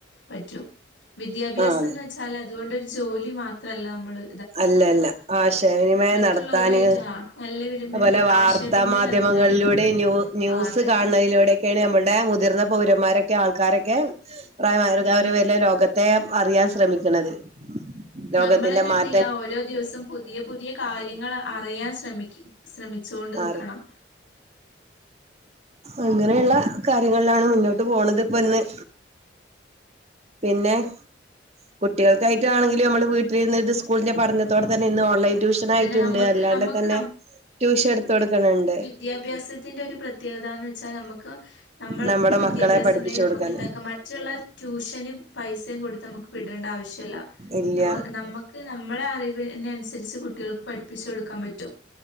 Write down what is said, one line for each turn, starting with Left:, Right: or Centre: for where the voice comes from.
Left: പറ്റും വിദ്യാഭ്യാസംന്ന്
Right: ആ അതെ
Left: വെച്ചാലതുകൊണ്ടൊരു ജോലി മാത്രല്ല നമ്മള്
Right: അല്ലല്ല ആശയവിനിമയം
Left: മറ്റുള്ളവരുമായിട്ട്
Right: നടത്താന്
Left: ആ നല്ല വിനിമയ
Right: അതുപോലെ വാർ-
Left: ആശയവിനിമയം
Right: ത്താ മാധ്യമങ്ങളിലൂടെ
Left: നടത്തല്
Right: ന്യൂ ന്യൂസ്
Left: ആഹ് അതന്നെ
Right: കാൺണ- ലൂടെക്കേണ് നമ്മുടെ മുതിർന്ന പൗരന്മാരൊക്കെ ആൾക്കാരൊക്കെ പ്രായമായ
Left: ഉം
Right: വരിടെ ലോക - ത്തെ അറിയാൻ ശ്രമിക്ക്ണത്. ലോകത്തിന്റെ
Left: നമ്മളന്നെ
Right: മാ-
Left: എന്ത് ഓരോ ദിവസും പുതിയ പുതിയ കാര്യങ്ങൾ അറിയാൻ ശ്രമക് ശ്രമിച്ചോണ്ട് നിക്കണം
Right: ആറി അങ്ങനെയുള്ള കാര്യങ്ങളിലാണ് മുന്നോട്ട് പോണത്പ്പ ന്ന് പിന്നെ കുട്ടികൾക്കായിട്ടാണെങ്കിലും ഞമ്മള് വീട്ടിലിരുന്നിട്ട് സ്കൂളിന്റെ പഠനതോടെ തന്നെ ഇന്ന് ഓൺലൈൻ ട്യൂഷനായിട്ട്ണ്ട്.
Left: അതന്നെ നമ്മക്ക്
Right: അല്ലാണ്ട്
Left: നമ്മക്ക്
Right: തന്നെ ട്യൂഷൻട്ത്ത കൊട്ക്ക്ണ് ണ്ട്
Left: ദ്യാഭ്യാസത്തിന്റൊരു പ്രത്യേകതാന്ന് വെച്ചാ നമ്മക്ക് പ്പ നമ്മക്ക്
Right: നമ്മുടെ
Left: വിദ്യാഭ്യാസണ്ടെങ്കി
Right: മക്കളെ പഠിപ്പിച്ചു
Left: നമ്മക്കെന്താക്ക
Right: കൊടുക്കാൻ
Left: മറ്റുള്ള ട്യൂഷന് പൈസ- യുംകൊട്ത്ത് നമുക്ക് വിടേണ്ട ആവശ്യല്ല.
Right: ഇല്ല
Left: നമു നമ്മക്ക് നമ്മളെ അറിവിനൻസര്ച്ച് കു ട്ടികൾക്ക് പഠിപ്പിച്ചു കൊടുക്കാൻ പറ്റും.